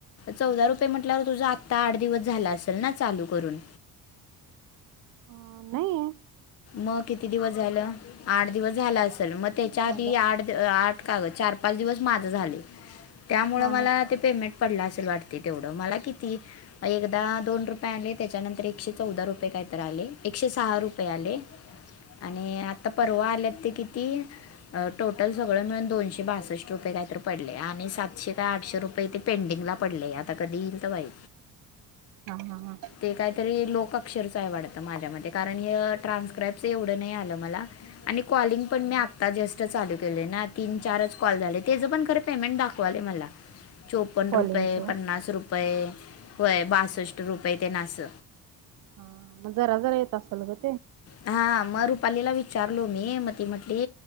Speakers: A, on the left; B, on the right.
A: चौदा रुपये म्हटल्यावर तुझ आत्ता आठ दिवस झाला असेल ना चालू करून.
B: हा नाई.
A: म किती दिवस झालं आठ दिवस झाल असल म त्याच्या
B: झालं
A: आधी आठ आठ. का व चार पाच दिवस माझ झालय त्यामुळ
B: हा
A: मला
B: हा
A: ते पेमेंट पडला असेल वाटटे तेवडा मला किती एकदा दोन रुपये आनले त्याच्यानंतर एकशे चौदा रुपये इतरांलंय. एकशे सहा रुपये आले आणि आता परवा आल्यात ते किती टोटल सगळं मिळून दोनशे बासष्ट रुपये काहीतरी पडले आणि सातशे काय आठशे रुपये तेे पेंडिंगला पडले आता कधी येईल तर बाई
B: हा हा हा
A: ते काहीतरी लोकाक्षरचं आहे वाटत माझ्या म कारण ट्रान्स्क्राईबच एवढं नाही आलं मला आणि कॉलिंग पण मी आत्ता जास्त चाल तीन चारच कॉल झाले त्याच पण खर पेमेंट दाखवाले म चोपन्न
B: कॉलिंगच
A: रुपये
B: हा
A: पन्नास रुपये वय बासष्ट रुपये ते नाच
B: हा जरा जरा येत असल तर
A: हा मग रुपालीला विचार विचारलो मी मग ती म्हटली